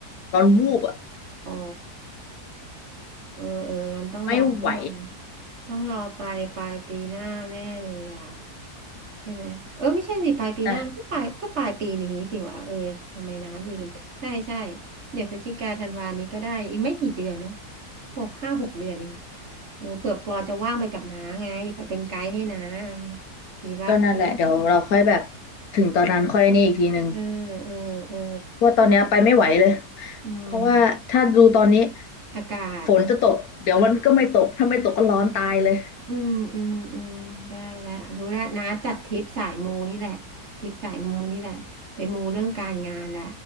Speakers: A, on the left (about 65°); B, on the right (about 50°).
A: ร้อนวูบอะ
B: อ๋อเออเอองั้นต้องรอต้องรอ
A: ไม่ไหว
B: ต้องรอไปปลายปีหน้าแน่เลยอ่ะ ใช่ไหมเออไม่ใช่สิปลายปีหน้าก็ปลายก็ปลายปีนี้สิวะเออทำไมนะลืมใช่ใช่
A: อ่ะ
B: เดี๋ยวพฤศจิกาธันวานี้ก็ได้อีกไม่กี่เดือนเนาะหกห้าหกเดือนเองเออเผื่อปอจะว่างไปกับน้าไงเป็นไกด์ให้น้าไงดีปะ
A: ก็นั่นแหละเดี๋ยวเราค่อยแบบถึงตอนนั้นค่อยนี่อีกทีหนึ่ง
B: เออเออเออ
A: เพราะว่าตอนเนี้ยไปไม่ไหวเลย
B: อืม
A: เพราะว่าถ้าดูตอนนี้
B: อากาศ
A: ฝนจะตกเดี๋ยวมันก็ไม่ตกถ้าไม่ตกก็ร้อนตายเลย
B: อืมอืมอืมได้แล้วรู้แล้วนะจัดทริปสายมูนี่แหละทริปสายมูนี่แหละไปมูเรื่องการงานแหละ